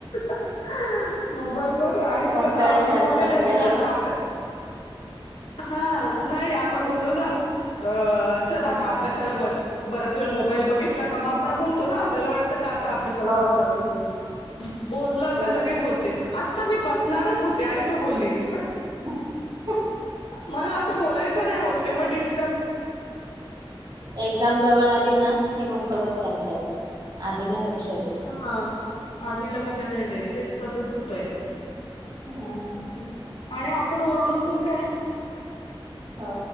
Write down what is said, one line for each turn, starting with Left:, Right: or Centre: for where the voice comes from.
Left: <unintelligible> मोबाईलवर. आणि परत
Right: कळेल
Left: अ मी
Right: त्यांना
Left: बोलले
Right: कळत
Left: ना, तिला
Right: एक
Left: आता आप हा नाही आपण बोललो ना अ चल आता
Right: हा
Left: अभ्यासाला बस. बराच वेळ मोबाईल बघितला का मग आपण बोलतो ना आपल्याला वाटतं का? ता अभ्यासाला
Right: हो
Left: बसावं हि बोललं
Right: बरोबर
Left: का लगेच बोलते आता. आता मी बसणारच होते आणि तू बोललीस.
Right: हम्म.
Left: मला असं बोलायचं नाही बोलते म डीस
Right: एक्झाम जवळ आली. की मग बबर <unintelligible> त आदिना लक्ष दे.
Left: हा आधी लक लक्षण नाही देत तेच तसंच होतंय.
Right: हम्
Left: आणि आपण ओरडून पण काय
Right: हो